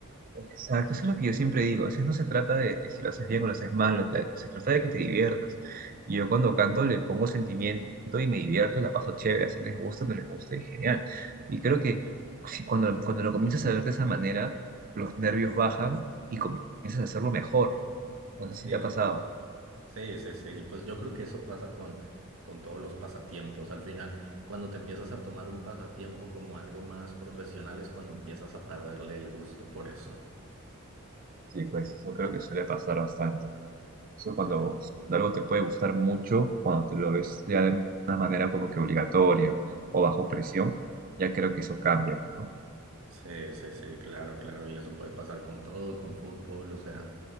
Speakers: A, on the right; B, on the right.
A: Exacto, eso es lo que yo siempre digo. A veces no se trata de, de si lo haces bien o lo haces mal, la- se trata de que te diviertas. Y yo cuando canto le pongo sentimiento y me divierto y la paso chévere, así les gusta o no les gusta, es genial. Y creo que si cuando, cuando lo comienzas a ver de esa manera, los nervios bajan y comienzas a hacerlo mejor. No sé
B: Sí,
A: si te ha pasado.
B: Sí, sí, sí. Pues yo creo que eso pasa con, con todos los pasatiempos. Al final, cuando te empiezas a tomar un pasatiempo como algo más profesional, es cuando empiezas a perderle el gusto por eso.
A: Sí, pues eso creo que suele pasar bastante. Eso cuando
B: Eh,
A: algo te puede gustar mucho, cuando te lo ves ya de una manera como que obligatoria o bajo presión, ya creo que eso cambia, ¿no?
B: Sí, sí, sí, claro, claro. Y eso puede pasar con todo, con fútbol. O sea,